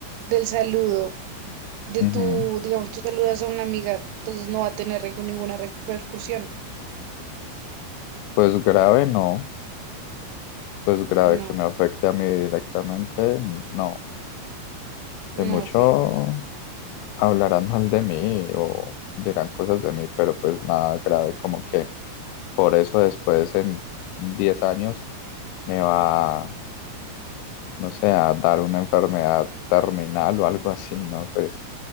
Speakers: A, on the right (about 85°); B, on the left (about 85°).
A: del saludo. de
B: Ujú.
A: tu, digamos, tú saludas a una amiga, entonces no va a tener recu- ninguna repercusión.
B: Pues grave no, pues grave
A: No,
B: que me afecte a mí directamente, no.
A: no,
B: De mucho.
A: ok.
B: hablarán mal de mí o dirán cosas de mí, pero pues nada grave, como que por eso después en 10 años me va, no sé, a dar una enfermedad terminal o algo así, ¿no? Pues